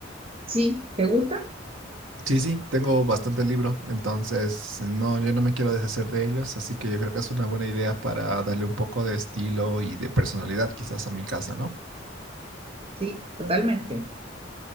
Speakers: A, on the right; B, on the right.
A: ¿sí? ¿Te gusta?
B: Sí, sí, tengo bastante libro, entonces no, yo no me quiero deshacer de ellos, así que yo creo que es una buena idea para darle un poco de estilo y de personalidad quizás a mi casa, ¿no?
A: Sí, totalmente.